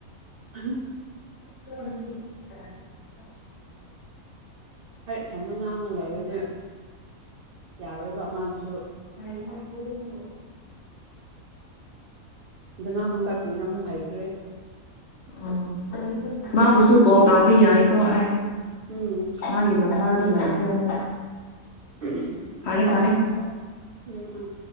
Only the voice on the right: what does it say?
ꯎ
ꯍꯣꯏ ꯏꯊꯗ ꯉꯥꯡꯅ ꯂꯩꯔꯨꯗꯤ ꯌꯥꯔꯣꯏꯕ ꯃꯥꯥꯡꯁꯨ
ꯗ ꯉꯥ ꯅꯨꯡ ꯀꯥꯏꯄꯣꯏꯅꯨ ꯍꯥꯏꯥꯏꯕ꯭ꯔꯦꯠ
ꯎꯝ
<unintelligible>
ꯎꯝ ꯎꯝ